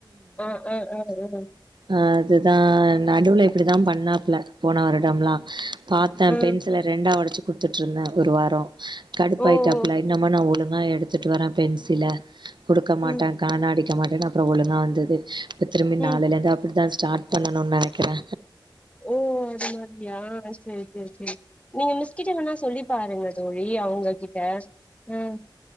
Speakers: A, on the left; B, on the right.
A: ஆ ஆ ஆ ஆ
B: அ அது தா நடுவ்ல இப்பிடி தா பண்ணாப்ல போன வருடம்லா பாத்த
A: ஆ
B: பென்சில ரெண்டா ஒடச்சு குடுத்துட்டு இருந்தே ஒரு வாரோ கடுப்பாயிட்டு
A: ஓ ஓ
B: அ இல்ல இன்னு அம்மா நா ஒழுங்கா எடுத்துட்டு வரே பென்சில குடுக்க மாட்ட
A: ம்
B: காண அடிக்க மாட்டேன்னு அப்புறோ ஒழுங்கா வந்தது இப்ப திரும்பி
A: ம்
B: நாளைல இருந்து அப்படிதா ஸ்டார்ட் பண்ணனுனு நெனைக்கிறே
A: ஓ அது மாதிரியா செரி செரி செரி நீங்க மிஸ்கிட்ட வேனா சொல்லி பாருங்க தோளி பெயி அவுங்ககிட்ட ம்